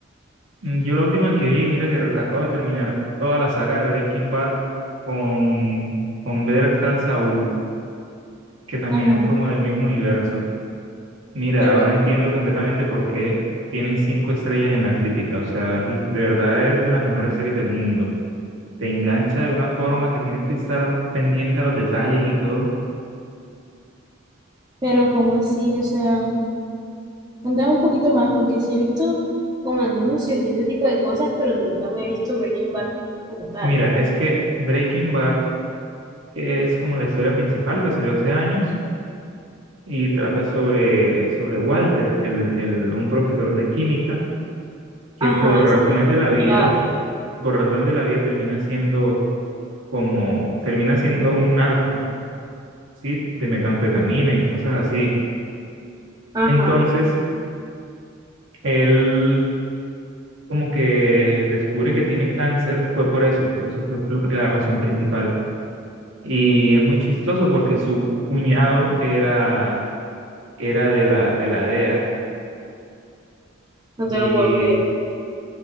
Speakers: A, on the right; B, on the right.
A: mm, yo la última que vi, mira que re- acabo de terminar toda la saga de Breaking Bad con, con Better Call Saul, que también
B: Ajá,
A: es como del mismo universo. Mira,
B: pero,
A: ahora entiendo completamente por qué tienen cinco estrellas en la crítica. O sea, l- de verdad es de las mejores series del mundo. Te engancha de una forma que tienes que estar pendiente a los detalles y todo.
B: pero ¿cómo así? O sea... Contame un poquito más, porque sí he visto como anuncios y ese tipo de cosas, pero nunca me he visto Breaking Bad como tal.
A: Mira, es que Breaking Bad es como la historia principal que salió hace años y trata sobre, sobre Walter, el, el, un profesor de química que
B: Ajá,
A: por
B: ese
A: razones
B: sí
A: de
B: lo he
A: la
B: escuchado.
A: vida, por razones de la vida termina siendo como, termina siendo <laughs> un narco, ¿sí? De metanfetamina y cosas así.
B: Ajá,
A: Entonces, él como que descubre que tiene cáncer, fue por eso, por eso fue lo- la razón principal. Y es muy chistoso porque su cuñado era, era de la, de la DEA
B: no te
A: y,
B: lo puedo creer.